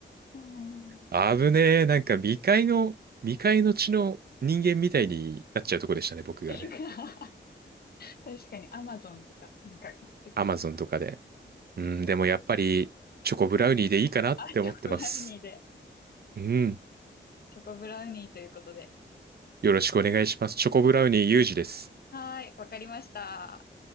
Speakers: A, on the left (about 50°); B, on the right (about 50°).
A: うん。
B: 危ねえ。なんか未開の、未開の地の人間みたいになっちゃうとこでしたね、僕がね。
A: <laughs> 確かにアマゾンとか、なんか、で、暮らす。
B: アマゾンとかで。うん、でもやっぱり、チョコブラウニーでいいかなって思ってます。
A: あ、ちょブラウニーで。
B: うん。
A: チョコブラウニーということで。
B: よろしくお願いします。チョコブラウニーユージです。
A: はーい、わかりました。